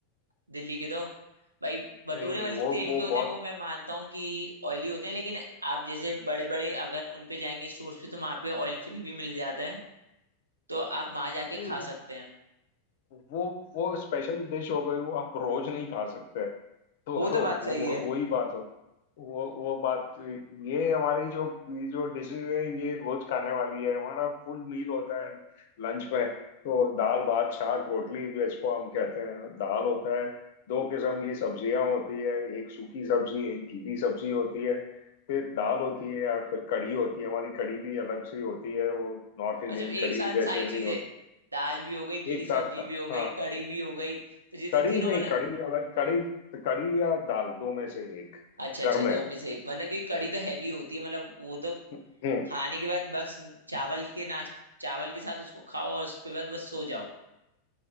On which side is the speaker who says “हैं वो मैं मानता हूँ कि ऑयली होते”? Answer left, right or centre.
Right